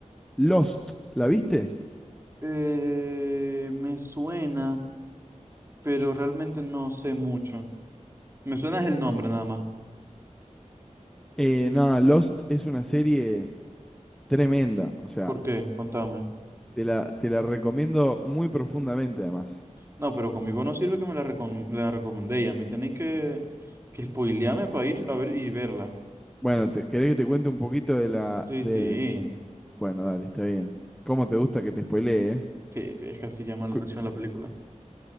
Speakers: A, in the centre; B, on the right (about 20°).
A: Lost, ¿la viste?
B: Eh, me suena, pero realmente no sé mucho. Me suena es el nombre nada más.
A: Eh, no, Lost es una serie tremenda, o sea,
B: ¿Por qué? Contame.
A: te la, te la recomiendo muy profundamente además.
B: No, pero conmigo no sirve que me la, recom- la recomendé y a mí tenéis que, que spoilearme para ir a ver y verla.
A: Bueno, te, ¿querés que te cuente un poquito de la...
B: Sí,
A: de...
B: sí.
A: Bueno, dale, está bien. ¿Cómo te gusta que te spoilee, eh?
B: Sí, sí, es que así llama la
A: Cu-
B: atención la película.